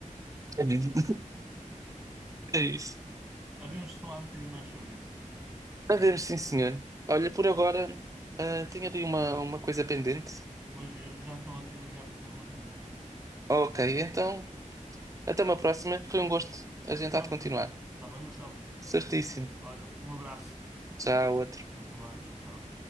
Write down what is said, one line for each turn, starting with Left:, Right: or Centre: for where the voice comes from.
Right: É mesmo. É isso.
Centre: Havíamos de falar um bocadinho mais sobre isso.
Right: A ver, sim, senhor. Olha, por agora, ah, tenho ali uma, uma coisa pendente.
Centre: Pois eu já estão aqui a ligar para fazer uma reunião.
Right: Ok, então, até uma próxima. Foi um gosto. A
Centre: Depois
Right: gente
Centre: falamos
Right: há de continuar.
Centre: melhor. Está bem, Marcelo?
Right: Certíssimo.
Centre: Olha, um abraço.
Right: Tchau, outro.
Centre: Bom trabalho. Tchau, tchau.